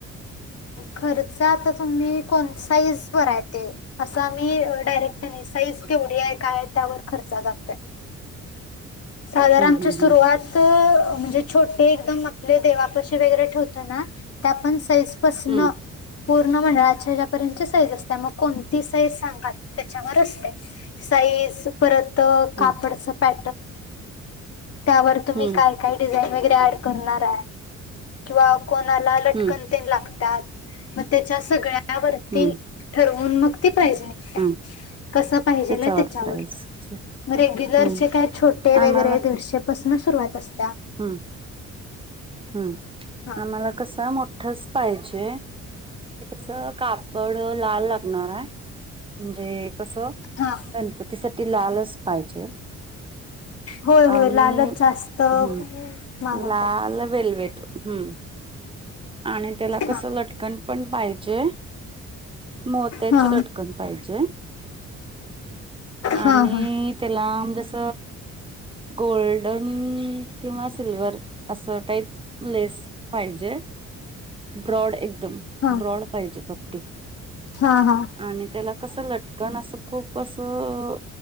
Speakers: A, on the right (about 20°); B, on the left (about 50°).
A: <inaudible>
B: खर्च आता तुम्ही कोण साईज वर ये ते अस आम्ही डायरेक्ट नाही, साईज थोडी आहे काय त्यावर खर्च जातोय.
A: <inaudible>
B: साधारणच्या
A: हम्म हम्म
B: सुरुवात. म्हणजे छोटे एकदम आपले देवापाशी वैगेरे ठेवतो ना त्या पण साईज पासन
A: हम्म
B: पूर्ण मंडळाच्या्यापर्यंत साईज असते. त्या मग कोणती साईज सांगात त्याच्यावर असते. साईज परत कापडच
A: हम्म
B: पॅ त्यावर तुम्ही
A: हम्म हम्म
B: काय काय डिझाईन वगैरे ऍड करणार आहे. किंवा कोणाला लटकन
A: हम्म
B: तेन लागत्यात म त्याच्यात सगळ्या त्यावरती
A: हम्म
B: ठरवून मग पाहिजे
A: हम्म
B: कस पाहिजे
A: त्याच्यावर
B: त्याच्यावर
A: प्राईस
B: रेग्युलर
A: हम्म
B: चे काय टे वगैरे
A: आम्हाला
B: दीडशे पासून सुरुवात असते.
A: हम्म हम्म
B: हा
A: आम्हाला कसा मो स पाहिजे ते कस कापड लाल लागणार आहे. म्हणजे कसं
B: हा
A: गणपतीसाठी लालच पाहिजे.
B: होय
A: आणि
B: होय लालच जास्त.
A: हम्म
B: मागवतात
A: लाल वेलवेट हम्म आणि त्याला कसं
B: हा.
A: लटकन पण पाहिजे. मोत्याची
B: हा
A: लटकन पाहिजे. आणि
B: हा हा
A: त्याला जस गोल्डन किंवा सिल्वर अस टाईप लेस पाहिजे ब्रॉड एक एकदम
B: हा
A: ब्रॉड पाहिजे पट्टी
B: हा हा
A: आणि त्याला कस लट कण असं खूप असं